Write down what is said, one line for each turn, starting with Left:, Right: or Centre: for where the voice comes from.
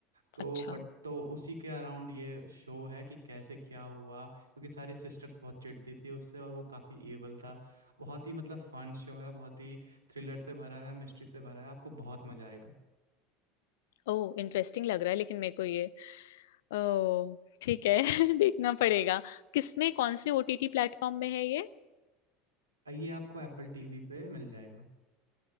Right: तो
Left: अच्छा
Right: बट तो उसी के अराउंड ये शो है कि कैसे क्या हुआ क्योंकि सारे सिस्टर्स बहुत चिढ़ती थी उससे और वो काफ़ी एवल था बहुत ही मतलब फन शो है बहुत ही थ्रिलर से भरा है मिस्ट्री से भरा है आपको बहुत मज़ा आएगा
Left: ओह इंटरेस्टिंग लग रहा है लेकिन मेरे को ये ओह ठीक है <laughs> देखना पड़ेगा किसमें कौन से ओटीटी प्लेटफॉर्म में है ये
Right: अ, ये आपको एप्पल टीवी पे मिल जाएगा